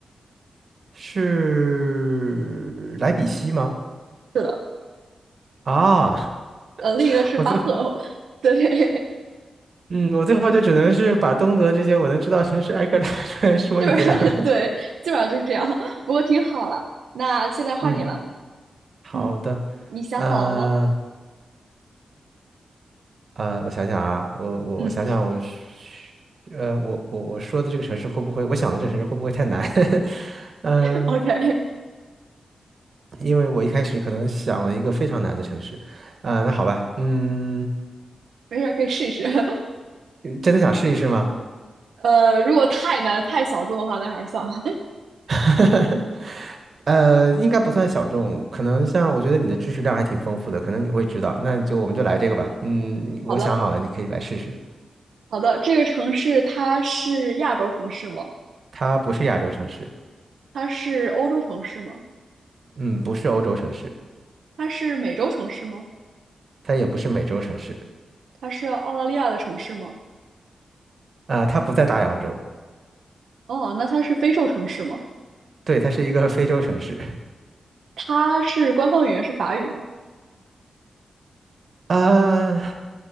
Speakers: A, on the right (about 55°); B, on the right (about 85°).
A: 是莱比锡吗？
B: 是的，
A: 啊，
B: 呃，另一个是巴赫，
A: <laughs> 我最后。
B: <laughs> 对，
A: 嗯，我最后就只能是把东德这些我能知道的城市挨个拉出来说一遍了。
B: <laughs> 基本上对，
A: <laughs>
B: 基本上就是这样。<laughs> 不过挺好了，那现在换你了，
A: 嗯，好的，
B: 嗯，你想好了吗？
A: 呃呃，我想想啊，我我我想想我是，
B: 嗯
A: 呃，我我我说的这个城市会不会，我想的这个城市会不会太难？<laughs> 嗯，
B: <laughs>，OK，
A: 因为我一开始可能想了一个非常难的城市，嗯、那好吧，嗯，
B: 没事儿，可以试一试。<laughs>
A: 真的想试一试吗？
B: 呃，如果太难、太小众的话，那还是算了。
A: <laughs> 呃，应该不算小众，可能像我觉得你的知识量还挺丰富的，可能你会知道，那你就我们就来这个吧，
B: <laughs> 谢谢。
A: 你我想好了，
B: 好的，
A: 你可以来试试，
B: 好的，这个城市它是亚洲城市吗？
A: 它不是亚洲城市。
B: 它是欧洲城市吗？
A: 嗯，不是欧洲城市，
B: 它是美洲城市吗？
A: 它也不是美洲城市，
B: 它是澳大利亚的城市吗？
A: 啊、它不在大洋洲，
B: 哦，那它是非洲城市吗？
A: 对，它是一个非洲城市，
B: 它是官方语言是法语吗？
A: <laughs> 啊、